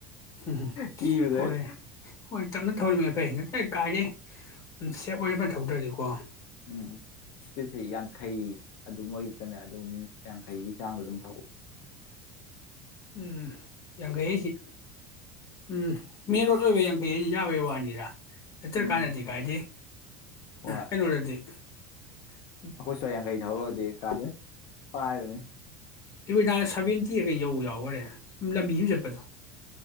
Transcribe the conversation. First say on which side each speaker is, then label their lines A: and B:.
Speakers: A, on the left; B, on the left.
A: ꯎꯝꯝ
B: ꯀꯤꯕꯗꯩ
A: ꯍꯣꯏ ꯍꯣꯏ ꯇꯞꯅ ꯊꯧꯔꯤꯃꯦꯅ ꯐꯩ ꯀꯥꯏꯗꯩ ꯁꯦꯞ ꯑꯣꯏꯅ ꯐꯅ ꯊꯧꯗ꯭ꯔꯗꯤꯀꯣ
B: ꯎꯝ ꯎꯝ ꯏꯁꯄꯤꯠꯁꯤ ꯌꯥꯡꯈꯩ ꯑꯗꯨ ꯑꯌꯨꯛꯇꯅ ꯑꯗꯨꯝ ꯌꯥꯡꯈꯩꯒꯤ ꯆꯥꯡꯗꯣ ꯑꯗꯨꯝ ꯊꯧꯋꯦ
A: ꯎꯝ ꯌꯥꯡꯈꯩ ꯑꯩꯁꯤ ꯎꯝ ꯃꯦꯟ ꯔꯣꯗ ꯑꯣꯏꯕꯩ ꯌꯥꯡꯈꯩ ꯑꯩꯁꯤ ꯌꯥꯕꯩ ꯋꯥꯅꯤꯗ ꯌꯥ ꯅꯠꯇ꯭ꯔꯀꯥꯟꯗꯗꯤ
B: ꯎꯝ
A: ꯀꯥꯏꯗꯩ
B: ꯍꯣꯏ
A: ꯀꯩꯅꯅꯣꯗꯤ <inaudible>
B: ꯑꯩꯈꯣꯏ ꯁ꯭ꯋꯥꯏ ꯌꯥꯡꯈꯩ ꯊꯧꯔꯗꯤ ꯀꯥꯏꯗꯩ ꯄꯥꯏꯔꯅꯤ
A: ꯫ꯅꯨꯃꯤꯗꯥꯡꯗ ꯁꯚꯦꯟꯇꯤꯀ ꯌꯧꯕ ꯌꯥꯎꯏ ꯔꯦ ꯁꯨꯝ ꯂꯝꯕꯤꯁꯨꯝ ꯆꯠꯄꯗꯣ